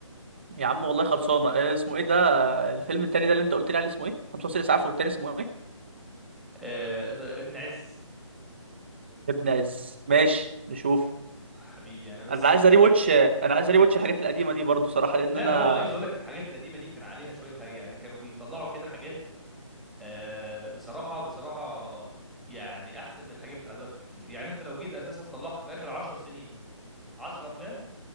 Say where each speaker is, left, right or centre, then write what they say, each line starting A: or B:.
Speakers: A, on the right; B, in the centre.
A: يا عم والله خلصانه آه، اسمه ايه ده آه، الفيلم التاني ده اللي انت قلت لي عليه اسمه ايه 55 اسعاف والتاني اسمه ايه
B: آه... ابن عز
A: يا ابن عز ماشي نشوف
B: حبيبي أنا بس
A: انا عايز اري واتش انا عايز اري واتش الحاجات القديمه دي برضه صراحه لان
B: لا
A: انا
B: هو عايز اقول لك الحاجات القديمه دي كان عليها شويه حاجة يعني كانوا بيطلعوا كده حاجات آه بصراحه بصراحه يعني احسن من الحاجات بتاع دلوقتي بكتير يعني انت لو جيت اساسا طلعت في اخر 10 سنين 10 افلام